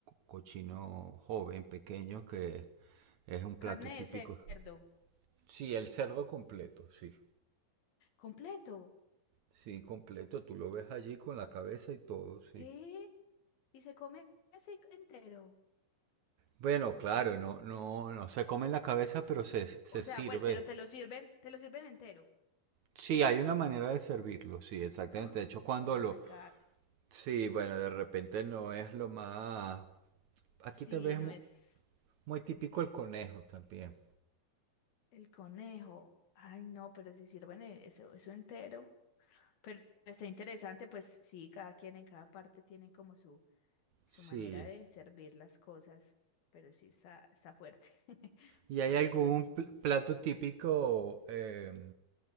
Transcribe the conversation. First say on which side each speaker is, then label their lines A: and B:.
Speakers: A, on the right; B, on the left.
A: cochino joven, pequeño, que es un plato
B: Carne
A: típico.
B: de cerdo.
A: Sí, el cerdo completo, sí.
B: Completo.
A: Sí, completo, tú lo ves allí con la cabeza y todo, sí.
B: ¿Qué? ¿Y se come así entero?
A: Bueno, claro, no, no, no se come en la cabeza, pero se, se
B: O
A: sirve
B: sea, pues, pero te lo sirven, te lo sirven entero.
A: Sí, hay una manera de servirlo, sí, exactamente.
B: Ah,
A: De hecho, cuando
B: Oh,
A: lo...
B: my God.
A: Sí, bueno, de repente no es lo más... Aquí
B: Sí,
A: tal vez
B: no
A: es mu-
B: es
A: muy, típico el conejo también.
B: el conejo. Ay, no, pero si sirven e- eso, eso entero. Pero está interesante, pues sí, cada quien en cada parte tiene como su su
A: Sí.
B: manera de servir las cosas, pero sí está, está fuerte <laughs>
A: ¿Y hay
B: ver
A: algún
B: el cochinillo.
A: pl- plato típico eh,